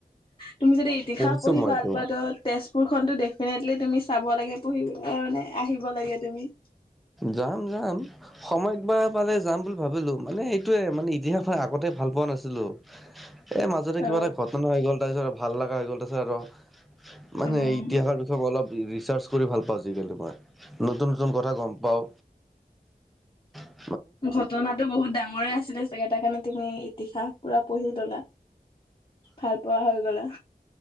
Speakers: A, on the left; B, in the centre.
A: তুমি যদি ইতিহাস
B: পঢ়িছো
A: পঢ়ি
B: মই
A: ভাল
B: এইটো
A: পা তই তেজপুৰ খনটো ডেফিনেটলি তুমি চাব লাগে পঢহিবানে আহিব লাগে তুমি।
B: যাম-যাম। সময়তবাৰ পালে যাম বুলি ভাবিলো মানে সেইটোয়ে মানে ইতিহাস মই আগতে ভাল পোৱা নাছিলো। এ মাজতে
A: অ
B: কিবা এটা ঘটনা হৈ গ'ল তাৰপিছত আৰু ভাল লগা হৈ গ'ল তাৰিছত আৰু মানে
A: উম
B: ইতিহাসৰ বিষয়ে ম অলপ ৰিচাৰ্চ কৰি ভাল পাওঁ আজালি মই নতুন-নতুন কথা গম পাও। অু <unintelligible>
A: ঘটনাটো বহুত ডাঙৰে আছিলে। চাগে এটা কাৰণে তুমি ইতিহাস পুৰা পঢ়ি ল'লা, ভাল পোৱা হৈ গ'লা।